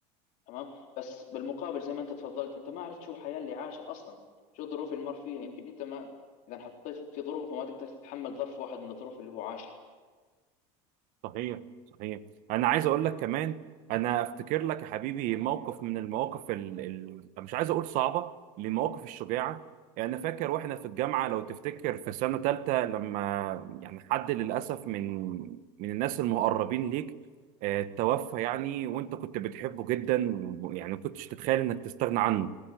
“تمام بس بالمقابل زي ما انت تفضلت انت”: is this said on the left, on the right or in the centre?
Left